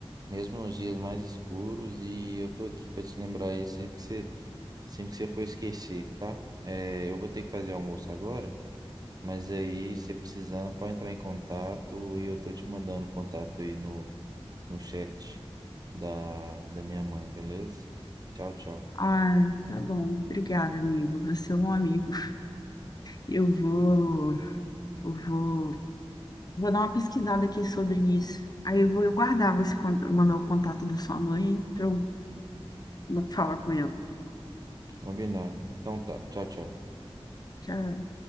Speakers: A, on the right; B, on the left.
A: mesmo nos dias mais escuros, e eu tô aqui para te lembrar isso sempre que você, sempre que você for esquecer, tá? É, eu vou ter que fazer almoço agora, mas aí, se precisando, pode entrar em contato e eu tô te mandando o contato aí no no chat da, da minha mãe, beleza? Tchau, tchau.
B: Ai, tá bom. Obrigada, amigo. Você é um amigo. Eu vou, eu vou Vou dar uma pesquisada aqui sobre isso. Aí eu vou guardar, você con- mandar o contato da sua mãe, pra eu falar com ela.
A: Combinado. Então tá. Tchau, tchau.
B: Tchau.